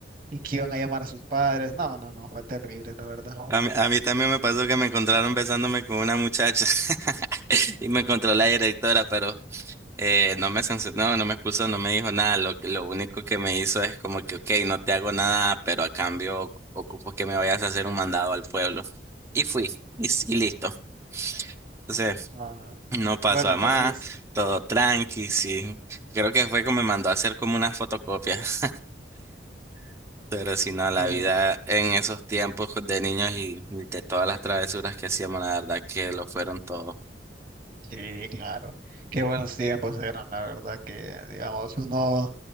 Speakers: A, on the right; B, on the right.
A: y que iban a llamar a sus padres. No, no, no, fue terrible, la verdad.
B: A mí, a mí también me pasó que me encontraron besándome con una muchacha <laughs> y me encontró la directora, pero Eh, no me sancionó, no no me expulsó no me dijo nada. Lo, que- lo único que me hizo es como que, ok, no te hago nada, pero a cambio oc- ocupo que me vayas a hacer un mandado al pueblo. Y fui, y, s- y listo. Entonces,
A: Ah,
B: no pasó
A: bueno,
B: a
A: entonces,
B: más, todo tranqui, sí. Creo que fue como me mandó a hacer como unas fotocopias. <laughs> Pero si no, la
A: bueno,
B: vida en esos tiempos de niños y de todas las travesuras que hacíamos, la verdad que lo fueron todo.
A: sí, claro, qué buenos tiempos eran, la verdad, que digamos, uno